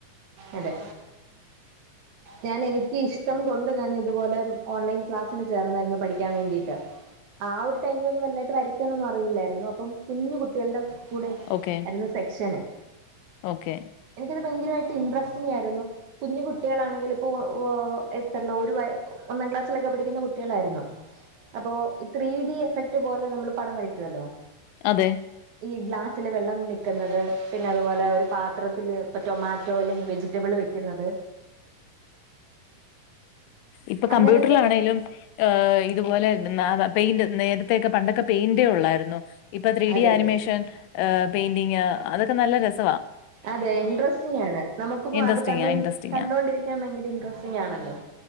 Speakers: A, on the right (about 65°); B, on the left (about 85°).
A: അതെ ഞാൻ എനിക്ക് ഇഷ്ടം കൊണ്ട് ഞാൻ ഇത് പോലെ ഓൺലൈൻ ക്ലാസ്സിന് ചേർന്നാരുന്നു പഠിക്കാൻ വേണ്ടിട്ട് ആഹ് ഒര് ടൈമിലന്നും വല്ലാതയിട്ട് വരക്കാനൊന്നും അറിയില്ലരുന്നു അപ്പം കുഞ്ഞ് കുട്ടികളുടെ കൂടെ
B: ഓക്കേ.
A: ആരാന്ന് സെക്ഷന്
B: ഓക്കേ.
A: എനിക്കത് ഭയാങ്കരമായിട്ട് ഇൻട്രസ്റ്റിംങ്ങ് ആരുന്നു കുഞ്ഞ് കുട്ടികളാണെങ്കിലി ഇപ്പൊ എത്രല്ലോ ഒരു വയാ ഒന്നാം ക്ലാസ്സിലൊക്കെ പഠിക്കന്നാ കുട്ടികളാര്ന്നു അപ്പൊ ഈ ത്രീ ഡി എഫക്ട് പോലെ നമ്മള് പടം വരയ്ക്കുവാല്ലോ
B: അതെ
A: ഈ ഗ്ലാസിലെ വെള്ളം നിക്ക്ന്നാത് പിന്നെ അത് പോലെ ഒര് പാത്രത്തില് ഇപ്പ ടൊമാറ്റോ അല്ലെങ്കി വെജിറ്റബിള് വെക്ക്ന്നാത്
B: ഇപ്പൊ
A: അങ്ങനത്തെ
B: കമ്പ്യൂട്ടറില് ആണോലും ആഹ് ഇത് പോലെ പെയിന്റ് നേരത്തേയൊക്കെ പണ്ടൊക്കെ പെയിന്റേ ഒള്ളാര്ന്നു ഇപ്പൊ ത്രീ
A: അതെ
B: ഡി ആനിമേഷൻ
A: അതെ
B: പെയിന്റിങ് അതൊക്കെ നല്ലാ രസാ
A: അതെ ഇൻട്രസ്റ്റിംങ്ങ് ആണ് നമ്മക്കിപ്പോ
B: ഇൻട്രസ്റ്റിംഗാ
A: അത് ക കണ്ടോണ്ടിരി
B: ഇൻട്രസ്റ്റിംഗാ
A: കണ്ടോണ്ടിരിക്കാൻ ബയങ്കര ഇൻട്രസ്റ്റിങ് ആണല്ലോ